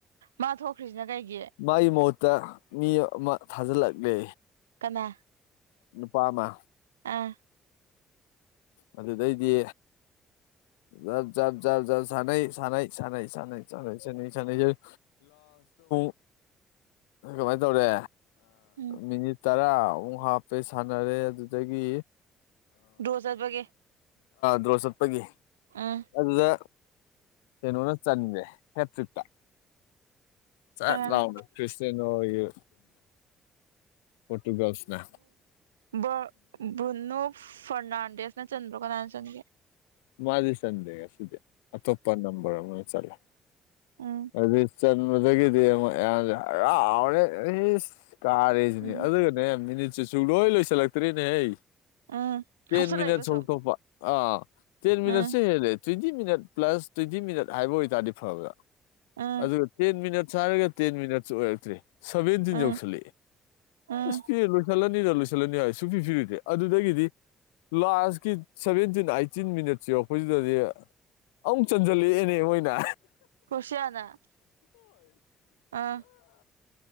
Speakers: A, on the right (about 85°); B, on the left (about 75°).
A: ꯃꯥ ꯊꯣꯛꯈ꯭ꯔꯤꯁꯤꯅ ꯀꯩꯒꯤ
B: ꯃꯥꯒꯤ ꯃꯍꯨꯠꯇ ꯃꯤ ꯑꯃ ꯊꯥꯖꯤꯜꯂꯛꯂꯦ
A: ꯀꯅꯥ
B: ꯅꯨꯄꯥ ꯑꯃ
A: ꯑꯥ
B: ꯑꯗꯨꯗꯩꯗꯤ ꯖꯥꯞ ꯖꯥꯞ ꯖꯥꯞ ꯖꯥꯞ ꯁꯥꯟꯅꯩ ꯁꯥꯟꯅꯩ <unintelligible> ꯀꯃꯥꯏꯅ ꯇꯧꯔꯦ
A: ꯎꯝ
B: ꯃꯤꯅꯤꯠ ꯇꯔꯥ ꯑꯃꯨꯛ ꯍꯥꯞ ꯆꯩꯩ ꯁꯥꯟꯅꯔꯦ ꯑꯗꯨꯗꯒꯤ
A: ꯗ꯭ꯔꯣ ꯆꯠꯄꯒꯤ
B: ꯗ꯭ꯔꯣ ꯆꯠꯄꯒꯤ
A: ꯑ
B: ꯑꯗꯨꯗ ꯀꯩꯅꯣꯅ ꯆꯟꯒꯔ꯭ꯦ ꯍꯦꯇ꯭ꯔꯤꯛ ꯆꯠ
A: ꯀꯅꯥꯅ
B: ꯂꯥꯎ ꯈ꯭ꯔꯤꯁꯇꯤꯅꯣꯒꯤ ꯄꯣꯇꯨꯒꯜꯁꯅ
A: ꯕꯣ ꯕꯨꯔꯅꯣ ꯐꯔꯅꯥꯟꯗꯦꯁꯅ ꯆꯟꯕ꯭ꯔꯣ ꯀꯅꯥꯅ ꯆꯟꯒꯦ
B: ꯃꯥꯗꯤ ꯆꯟꯗꯦ ꯉꯁꯤꯗꯤ ꯑꯇꯣꯞꯄ ꯅꯝꯕꯔ ꯑꯃꯅ ꯆꯜꯂꯦ
A: ꯎꯝ
B: ꯑꯗꯨꯗꯤ ꯆꯟꯕꯗꯒꯤꯗꯤ ꯑꯃꯨꯛ ꯃꯌꯥꯝꯁꯦ ꯍꯔꯥꯎꯔꯦ ꯑꯩꯁ ꯀꯥꯔꯦꯁꯤꯅꯤ
A: ꯎꯝ
B: ꯑꯗꯨꯒꯅꯦ ꯃꯤꯅꯤꯠꯁꯤ ꯁꯨꯡꯂꯣꯏ ꯂꯣꯏꯁꯤꯜꯂꯛꯇꯔ꯭ꯦꯅꯦꯍꯦ
A: ꯎꯝ
B: ꯇꯦꯟ
A: ꯍꯥꯞꯆꯜꯂꯛꯏꯕ
B: ꯃꯤꯅꯠ
A: ꯁꯨꯝ
B: ꯍꯧꯇꯣꯛꯄ ꯑꯥ ꯇꯦꯟ ꯃꯤꯅꯠꯁꯦ
A: ꯎꯝ
B: ꯍꯦꯜꯂꯦ twenty minute plus twenty minute ꯍꯥꯏꯕ ꯑꯣꯏꯇꯥꯔꯗꯤ ꯐꯕ
A: ꯎꯝ
B: ꯑꯗꯨꯒ ꯇꯦꯟ ꯃꯤꯅꯠꯁ ꯍꯥꯏꯔꯒ ꯇꯦꯟ ꯃꯤꯅꯠꯁ ꯑꯣꯏꯔꯛꯇ꯭ꯔꯦ ꯁꯚꯦꯟꯇꯤꯟ
A: ꯎꯝ
B: ꯌꯧꯁꯜꯂꯛꯑꯦ
A: ꯎꯝ
B: ꯏꯁ ꯄꯤ ꯂꯣꯏꯁꯤꯜꯂꯅꯤꯗ ꯂꯣꯏꯁꯤꯜꯂꯅꯤ ꯍꯥꯏ ꯁꯨ ꯄꯤ ꯄꯤꯔꯤꯗꯦ ꯑꯗꯨꯗꯒꯤꯗꯤ ꯂꯥꯁꯀꯤ ꯁꯚꯦꯟꯇꯤꯟ ꯑꯥꯢ ꯐꯤꯞꯇꯤꯟ ꯃꯤꯅꯠꯁ ꯌꯧꯔꯛꯄꯁꯤꯗꯗꯤ ꯑꯃꯨꯛ ꯆꯟꯁꯤꯜꯂꯛꯑꯦꯅꯦ ꯃꯣꯏꯅ
A: ꯀ꯭ꯔꯣꯁꯤꯌꯥꯅ ꯑꯥ